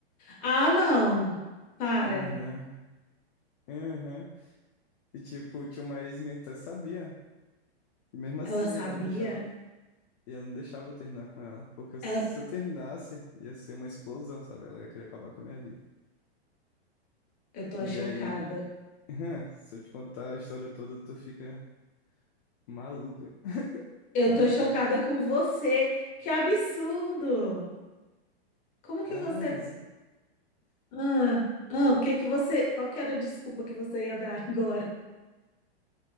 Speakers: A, on the left; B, on the left.
A: Ah, não! Para.
B: Aham. Aham. E tipo, tinha uma ex minha que até sabia. E mesmo assim,
A: Ela sabia?
B: ela não deixava. E ela não deixava eu terminar com ela. Porque se
A: Ela.
B: eu terminasse, ia ser uma explosão, sabe? Ela ia querer acabar com a minha vida.
A: Eu tô
B: E
A: chocada.
B: aí, <laughs> se eu te contar a história toda, tu fica maluca.
A: Eu
B: Como
A: tô chocada
B: pode?
A: com você. Que absurdo! Como que
B: Ah,
A: você.
B: mas.
A: Ah, ah, o que que você. Qual que era a desculpa que você ia dar <laughs> agora?